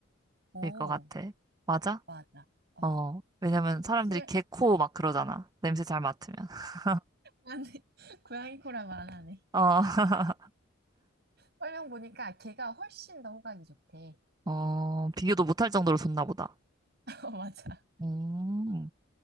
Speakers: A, on the right; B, on the right.
A: 오,
B: 것 같아. 맞아?
A: 맞아. 어.
B: 어, 왜냐면 사람들이
A: 이 설,
B: 개코 막 그러잖아. 냄새 잘 맡으면. <laughs>
A: 아 <laughs> 고양이 코라고 안 하네.
B: 어, <laughs>
A: 설명 보니까 걔가 훨씬 더 호각이 좋대.
B: 어, 비교도 못할 정도로 좋나 보다.
A: <laughs> 어, 맞아.
B: 음,